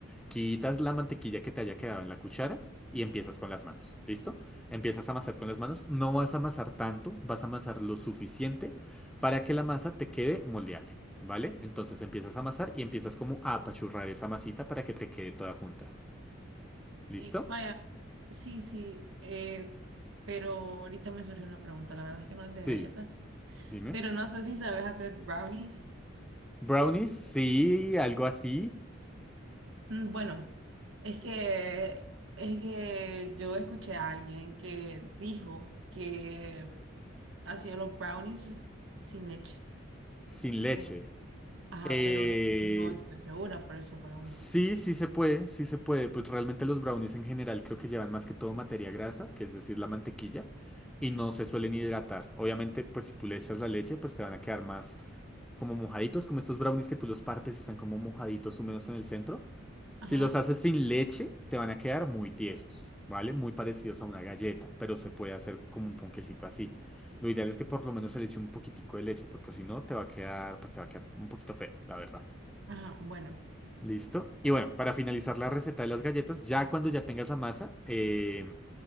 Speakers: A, in the centre; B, on the right.
A: quitas la mantequilla que te haya quedado en la cuchara y empiezas con las manos, ¿listo? Empiezas
B: Ajá.
A: a amasar con las manos, no vas a amasar tanto, vas a amasar lo suficiente para que la masa te quede moldeable, ¿vale? Entonces empiezas a amasar y empiezas como a apachurrar esa masita para que te quede toda junta, ¿listo?
B: Sí, vaya. Sí, sí. Eh, pero ahorita me surgió una pregunta. La verdad es que no es de
A: Sí,
B: galletas.
A: dime.
B: Pero no sé si sabes hacer brownies.
A: Brownies, sí, algo así,
B: Mm, Bueno, es que es que yo escuché a alguien que dijo que hacía los brownies sin leche.
A: sin leche.
B: Pero- Ajá,
A: Eh,
B: pero no estoy segura, por eso pregunto.
A: Sí, sí se puede, sí se puede. Pues realmente los brownies en general creo que llevan más que todo materia grasa, que es decir, la mantequilla, y no se suelen hidratar. Obviamente, pues si tú le echas la leche, pues te van a quedar más como mojaditos, como estos brownies que tú los partes y están como mojaditos húmedos en el centro.
B: Ajá,
A: Si los haces sin leche, te van a quedar muy tiesos, ¿vale? Muy parecidos a una galleta, pero se puede hacer como un ponquecito así. Lo ideal es que por lo menos se le eche un poquitico de leche, porque si no, te va a quedar, pues te va a quedar un poquito feo, la verdad.
B: ajá, bueno,
A: Listo. Y bueno, para finalizar la receta de las galletas, ya cuando ya tengas la masa, eh,